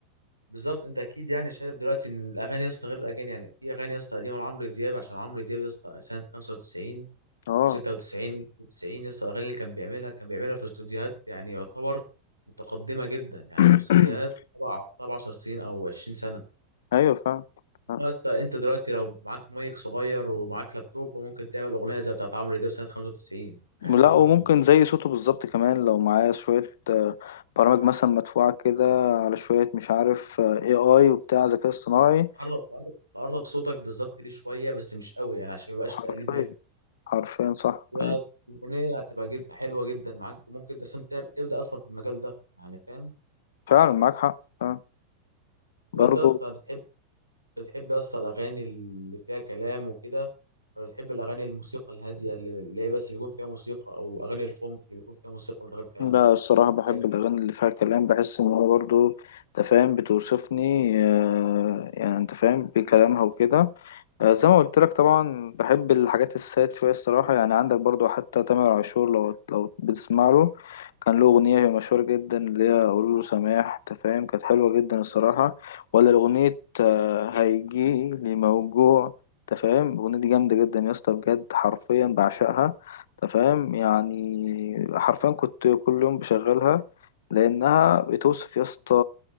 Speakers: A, on the right; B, on the left.
A: بالظبط انت اكيد يعني شايف دلوقتي ان الاغاني يا اسطى غير الاغاني يعني في اغاني يا اسطى قديمه لعمرو دياب عشان عمرو دياب يا اسطى سنه 95
B: اه
A: و96 و90 يا اسطى الاغاني اللي كان بيعملها كان بيعملها في استوديوهات يعني يعتبر متقدمه جدا يعني
B: <coughs>
A: استوديوهات
B: <clears throat>
A: طبعا طبعا 10 سنين او 20 سنه
B: ايوه فاهم فاهم.
A: يا اسطى انت دلوقتي لو معاك مايك صغير ومعاك لابتوب ممكن تعمل اغنيه زي بتاعت عمرو دياب سنه 95
B: لا
A: يعني انت ممكن
B: وممكن زي صوته بالظبط كمان لو معاه شوية آه، برامج مثلا مدفوعة كده على شوية مش عارف اي اي وبتاع ذكاء اصطناعي
A: تقرب تقرب تقرب صوتك بالظبط ليه شويه بس مش قوي يعني عشان ما يبقاش
B: حرفيا
A: تقليد
B: حرفيا صح
A: والأغنية
B: أيوة.
A: هتبقى جد حلوة جدا معاك وممكن أصلا تب- تبدأ أصلا في المجال ده يعني فاهم
B: فعلا معاك حق آه. برضو
A: يبقى أنت يا اسطى بتحب بتحب يا اسطى الأغاني اللي فيها كلام وكده ولا بتحب الأغاني الموسيقى الهادية اللي اللي هي بس بيكون فيها موسيقى أو أغاني الفونك اللي بيكون فيها موسيقى من غير كلام
B: لا الصراحة بحب
A: يعني
B: الأغاني اللي فيها كلام بحس إن هو برضو أنت فاهم بتوصفني آه، يعني أنت فاهم بكلامها وكده آه، زي ما قلت لك طبعا بحب الحاجات الساد شوية الصراحة يعني عندك برضو حتى تامر عاشور لو لو بتسمع له كان له أغنية مشهورة جدا اللي هي قولوا له سماح أنت فاهم كانت حلوة جدا الصراحة ولا أغنية آه، هيجيلي موجوع أنت فاهم الأغنية دي جامدة جدا يا اسطى بجد حرفيا بعشقها أنت فاهم يعني حرفيا كنت كل يوم بشغلها لأنها بتوصف يا اسطى